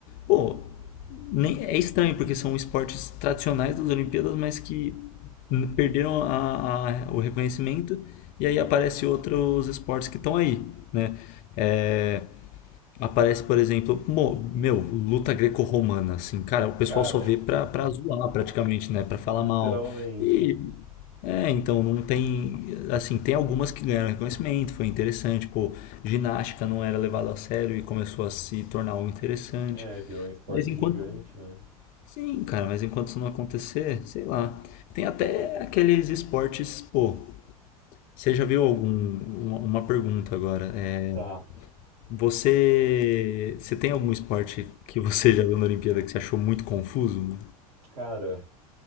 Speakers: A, on the left (about 45°); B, on the right (about 50°).
A: Pô, nem, é estranho, porque são esportes tradicionais das Olimpíadas, mas que n- perderam a- a- o reconhecimento e aí aparecem outros esportes que estão aí, né? É, Aparece, por exemplo, mo- meu, luta greco-romana, assim, cara, o pessoal
B: Cara,
A: só vê pra, pra zoar praticamente, né? Pra falar
B: literalmente.
A: mal. E. É, então, não tem. Assim, tem algumas que ganharam reconhecimento, foi interessante, pô, ginástica não era levado a sério e começou a se tornar algo interessante.
B: É, virou um esporte
A: Mas enquanto.
B: gigante, né?
A: Sim, cara, mas enquanto isso não acontecer, sei lá. Tem até aqueles esportes, pô. Você já viu algum. Uma uma pergunta agora. é,
B: Tá.
A: você, você tem algum esporte que você já viu na Olimpíada que você achou muito confuso? mano?
B: Cara,